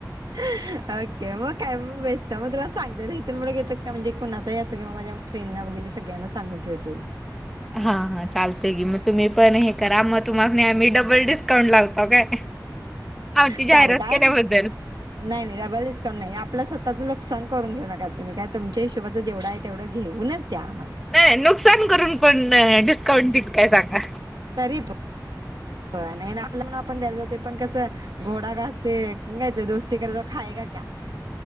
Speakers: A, on the right; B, in the centre.
A: हीं हीं ओके मग काय बेस तवा तुला सांगते इथून पूढं घेतल की म्हणजे कु णाचाही अस किंवा माझ्या फ्रेंडं वगैर सगळ्याना सांगून ठेवते.
B: हा हा चालतेय गी मग तुम्ही पण हे करा मग तुम्हासणी आम्ही डबल डिस्काउंट लावतो. काय? आमची जाहिरात
A: चालेल काय
B: केल्याबद्दल.
A: नाही नाही नाही डबल डिस्काउंट नाही. आपलं स्वतःचं नुकसान करून घेऊ नका तुम्ही काय तुमच्या हीशोबाचं जेवढं आहे तेवढं घेऊनच द्या आम्हाला
B: नाही नुकसान करून पण डीस कोण दिल काय सांगा.
A: तरीप व्हय नाही ना आपल म्हनुण आपण द्यायला जातोय पण कसं घोडा घास से काय ते दोस्ती करेगा तो खाएगा क्या